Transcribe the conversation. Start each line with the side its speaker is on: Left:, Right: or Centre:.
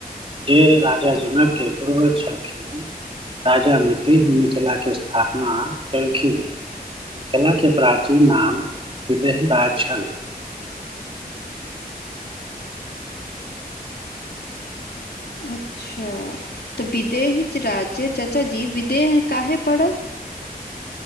Right: जे राजा जनकके पूर्वज छलखिन। राजा मिथी ही मिथिलाके स्थापना केलखिन। मिथिला के प्राचीन नाम विदेह राज छल।
Left: अच्छा त विदेही राज्य चाचा जी विदेह काहे पड़ल?